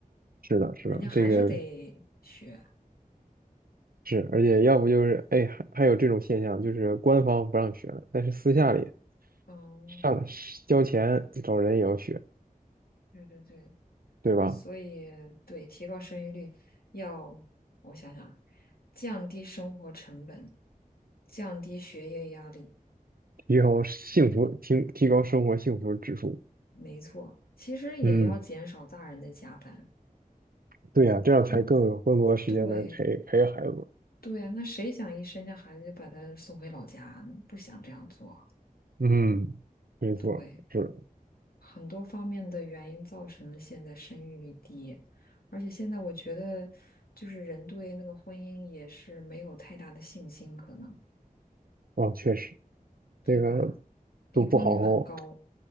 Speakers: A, on the right; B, on the left.
A: 是的，是的，
B: 人家还是得学。
A: 这个是，而且要不就是哎，还还有这种现象，就是官方不让学了，但是私下里
B: 嗯，
A: 上交钱找人也要学，
B: 对对对，
A: 对吧？
B: 所以对提高生育率要，我想想，降低生活成本，降低学业压力，
A: 提高幸福，提提高生活幸福指数。
B: 没错，其实也要减少大人的加班。
A: 嗯，对呀，这样才更有更多的时间来陪陪孩子。
B: 如对对啊，那谁想一生下孩子就把他送回老家呢？不想这样做。
A: 嗯，没错，
B: 对，
A: 是的，
B: 很多方面的原因造成了现在生育率低，而且现在我觉得，就是人对那个婚姻也是没有太大的信心，可能，
A: 啊，确实，
B: 对吧？
A: 这个
B: 离婚率很高，
A: 都不好好，